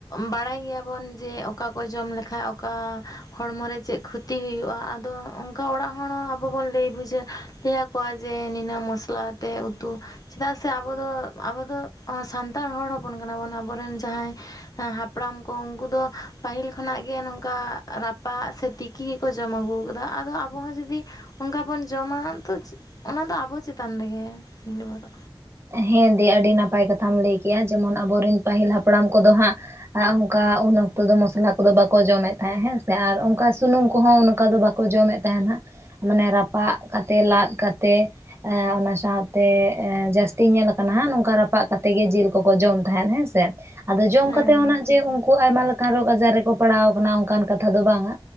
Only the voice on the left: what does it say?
ᱵᱟᱲᱟᱭ ᱜᱮᱭᱟᱵᱚᱱ ᱡᱮ ᱚᱠᱟ ᱠᱚ ᱡᱚᱢ ᱞᱮᱠᱷᱟᱱ ᱚᱠᱟ ᱦᱚᱲᱢᱚᱨᱮ ᱪᱮᱫ ᱠᱷᱚᱛᱤ ᱦᱩᱭᱩᱜᱼᱟ ᱟᱫᱚ ᱚᱱᱠᱟ ᱚᱲᱟᱜ ᱦᱚᱲ ᱟᱵᱚ ᱵᱚᱱ ᱞᱟᱹᱭ ᱵᱩᱡᱷᱟᱹᱣ ᱟᱠᱚᱣᱟ ᱡᱮ ᱱᱤᱱᱟᱹᱜ ᱢᱚᱥᱞᱟᱛᱮ ᱩᱛᱩ ᱪᱮᱫᱟᱜ ᱥᱮ ᱟᱵᱚ ᱫᱚ ᱟᱵᱚ ᱫᱚ ᱥᱟᱱᱛᱟᱲ ᱦᱚᱲ ᱦᱚᱯᱚᱱ ᱠᱟᱱᱟ ᱵᱚᱱ ᱟᱵᱚ ᱨᱮᱱ ᱡᱟᱦᱟᱸᱭ ᱦᱮᱸ <unintelligible> ᱦᱟᱯᱲᱟᱢ ᱠᱚ ᱩᱱᱠᱩ ᱫᱚ ᱯᱟᱹᱦᱤᱞ ᱠᱷᱚᱱᱟᱜ ᱜᱮ ᱚᱱᱠᱟ ᱨᱟᱯᱟᱜ ᱥᱮ ᱛᱤᱠᱤ ᱜᱮᱠᱚ ᱡᱚᱢ ᱟᱹᱜᱩ ᱟᱠᱟᱫᱟ ᱟᱫᱚ ᱟᱵᱚ ᱦᱚᱸ ᱡᱩᱫᱤ ᱚᱱᱠᱟ ᱵᱚᱱ ᱡᱚᱢᱟ ᱛᱚ ᱚᱱᱟᱫᱚ ᱟᱵᱚ ᱪᱮᱛᱟᱱ ᱱᱤᱨᱵᱷᱚᱨᱚᱜᱼᱟ
ᱦᱮᱸ